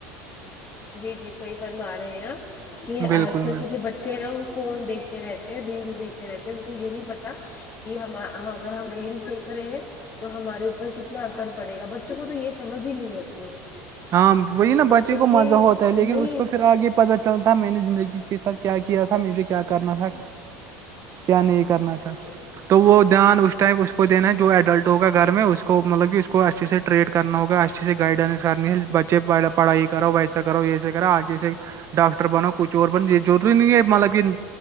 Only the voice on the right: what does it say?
بالکل
میم
ہاں
وہی نا
بچے
کو
مزہ ہوتا ہے لیکن
اس کو پھر آگے یہ پت چل تھا میں نے زندگی کے ساتھ کیا کیا تھا مجھے کیا کرنا تھا کیا نہیں کرنا تھا
تو وہ دھیان اس ٹائم اس کو دینا ہے جو ایڈلٹ ہوگا گھر میں اس کو مطلب کہ اس کو اچھ سے ٹریٹ کرنا ہوگا اچھھی سے گائیڈنس کرنی بچ پڑھائی کرو ویسا کرو یہیسے کرو آگ جیسے ڈاکٹر بناو کچھ اور بن یہ ضروری نہیں ہے مطلب کہ